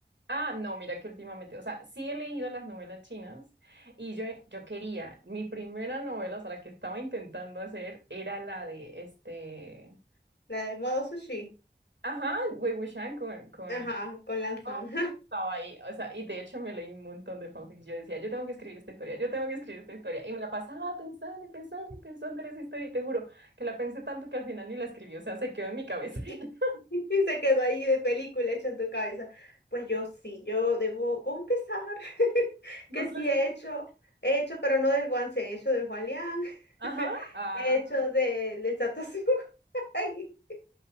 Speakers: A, on the right; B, on the left.
A: Ah, no, mira que últimamente, o sea, sí he leído las novelas chinas y yo, yo quería, mi primera novela, o sea, la que estaba intentando hacer era la de este,
B: la de modo sushi.
A: ajá, Wei Wuxian con, con
B: Ajá, con Lanzan.
A: Oh, yo estaba ahí, o sea, y de hecho me leí un montón de fanfics. Yo decía, yo tengo que escribir esta historia, yo tengo que escribir esta historia. Y me la pasaba pensando y pensando y pensando en esa historia. Y te juro que la pensé tanto que al final ni la escribí, o sea, se quedó en mi cabeza.
B: <laughs>
A: <laughs> y ya.
B: <laughs> Y se quedó ahí de película hecha en tu cabeza. Pues yo sí, yo debo confesar <laughs>
A: Entonces
B: que sí
A: la
B: he
A: escribí.
B: hecho, he hecho, pero no del Guansen, he hecho del Juan Liang,
A: Ajá,
B: <laughs>
A: ah.
B: he hecho del del Satoshi <laughs> Ay,